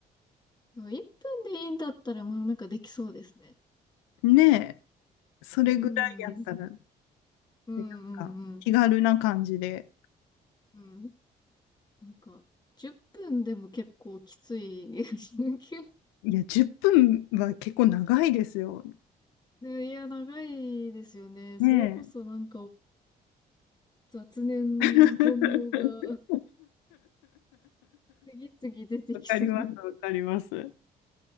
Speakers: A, on the left; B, on the left.
A: でも1分でいいんだったらもうなんかできそうですね。
B: ねえ、それぐらいやったら、
A: うん。うん
B: で、
A: うんうん。
B: なんか気軽な感じで、
A: うん。なんか10分でも結構きつい。<laughs>
B: いや、10分は結構長いですよ。
A: で、いや、長いですよね。
B: ねえ。
A: それこそなんか雑念、
B: <laughs>
A: 煩悩が <laughs> 次々出てきそ
B: わかります、わかります。